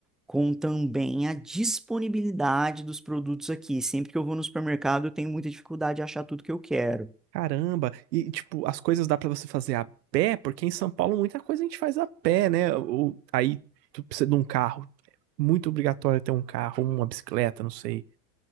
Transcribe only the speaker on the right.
Caramba. E, tipo, as coisas dá pra você fazer a pé? Porque em São Paulo muita coisa a gente faz a pé, né? Ou, aí tu precisa de um carro. É Muito obrigatório ter um carro, uma bicicleta, não sei.